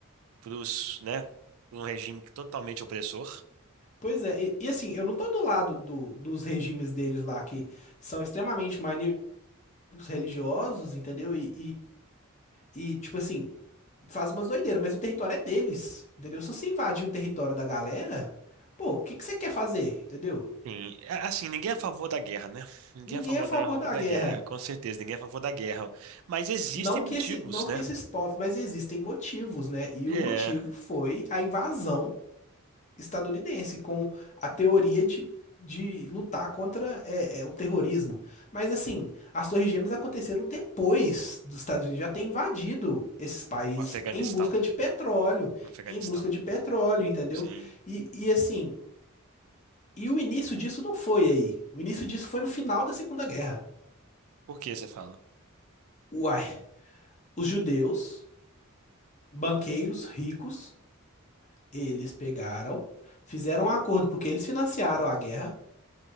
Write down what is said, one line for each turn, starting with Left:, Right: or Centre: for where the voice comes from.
Right: para os, né, pra um regime que totalmente opressor.
Left: pois é. E, e assim, eu não tô do lado do, dos regimes deles lá que são extremamente maníacos religiosos, entendeu? E, e, e tipo assim, faz umas doideiras, mas o território é deles, entendeu? Se você invadir o território da galera, pô, o que que você quer fazer, entendeu?
Right: Sim, é, assim, ninguém é a favor da guerra, né? Ninguém
Left: Ninguém
Right: é a favor
Left: é a favor
Right: da,
Left: da
Right: da
Left: guerra.
Right: guerra, com certeza, ninguém é a favor da guerra. Mas existem
Left: Não
Right: motivos,
Left: que esse, não
Right: né?
Left: que esses povos, mas existem motivos, né? E
Right: É,
Left: o motivo foi a invasão estadunidense, com a teoria de, de lutar contra é, é, o terrorismo. Mas assim, as Torres Gêmeas aconteceram depois dos Estados Unidos já ter invadido esses países
Right: o Afeganistão,
Left: em busca de petróleo,
Right: o Afeganistão.
Left: em busca de petróleo, entendeu?
Right: Sim.
Left: E, e assim, E o início disso não foi aí. O início disso foi no final da Segunda Guerra.
Right: Por que você fala?
Left: Uai, os judeus, banqueiros ricos, eles pegaram, fizeram um acordo, porque eles financiaram a guerra.